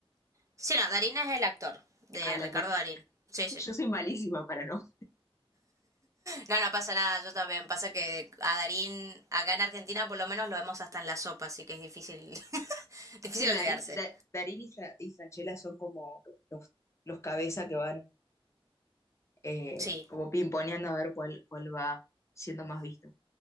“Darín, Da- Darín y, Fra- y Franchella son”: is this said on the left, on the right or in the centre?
Left